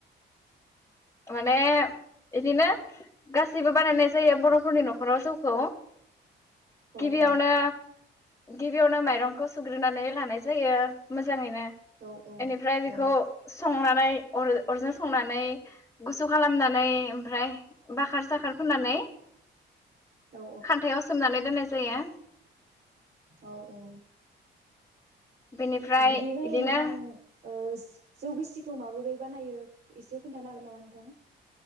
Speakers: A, on the left; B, on the right.
A: माने बिदिनो गासैबो बानायनाय जायो बर'फोरनि न'खराव जौखौ
B: औ
A: गिबियावनो
B: औ
A: गिबियावनो माइरंखौ सुग्रोनानै लानाय जायो मोजाङैनो
B: औ औ
A: बेनिफ्राय बेखौ
B: औ
A: संनानै अर-अरजों संना नै थखालामनानै ओमफ्राय बाखार साखार फोननानै
B: औ
A: खान्थायाव सोमनानै दोननाय जायो।
B: औ औ।
A: बेनिफ्राय
B: बिदिफ्राय
A: इदिनो
B: नोंथां ओ जौ गिसिखौ माबोरै बानायो एसे खोन्थानो हागोन नामा नोंथां